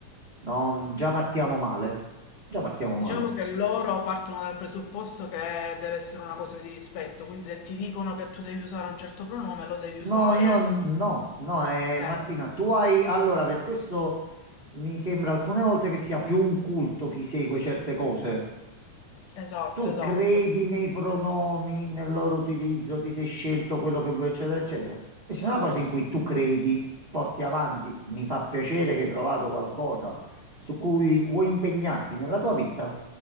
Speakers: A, on the right; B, on the left.
A: No, già partiamo male. Già partiamo
B: Diciamo
A: male.
B: che loro partono dal presupposto che deve essere una cosa di rispetto, quindi se ti dicono che tu devi usare un certo pronome, lo devi
A: No,
B: usare.
A: io n- no, no, eh,
B: Eh,
A: Martina, tu hai... Allora, per questo mi sembra alcune volte che sia più un culto chi segue certe cose,
B: esatto,
A: tu
B: esatto.
A: credi nei pronomi, nel loro utilizzo, ti sei scelto quello che vuoi, eccetera, eccetera. E se è una cosa in cui tu credi, porti avanti, mi fa piacere che hai trovato qualcosa su cui vuoi impegnarti nella tua vita,